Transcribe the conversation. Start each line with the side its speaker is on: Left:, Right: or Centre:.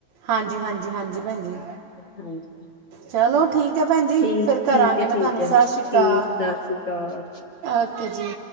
Right: ਹਾਂਜੀ- ਹਾਂਜੀ ਹਾਂਜੀ ਭੈਣਜੀ,
Left: ਹਾਂਜੀ
Right: ਚਲੋ ਠੀਕ। ਠੀਕ ਹੈ ਭੈਣਜੀ,
Left: ਠੀਕ
Right: ਫੇਰ
Left: ਠੀਕ
Right: ਕਰਾਂਗੇ
Left: ਹੈ
Right: ਮੈਂ
Left: ਠੀਕ
Right: ਤੁਹਾਨੂੰ
Left: ਹੈ
Right: ਸਤਿ ਸ਼੍ਰੀ ਅਕਾਲ,
Left: ਠੀਕ ਸਤਿ ਸ੍ਰੀ ਅਕਾਲ
Right: ਓਕੇ ਜੀ।